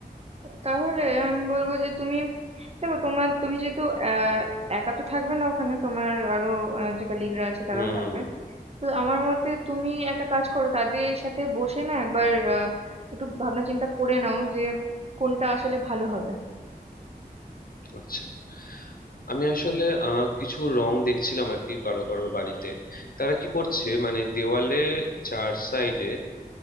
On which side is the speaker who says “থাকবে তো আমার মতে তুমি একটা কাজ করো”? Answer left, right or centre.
Right